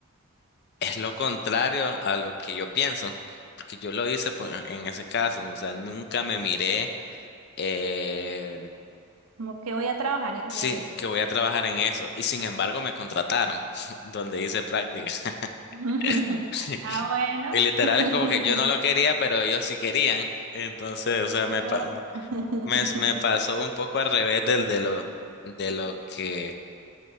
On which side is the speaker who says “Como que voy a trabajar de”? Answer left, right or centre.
Right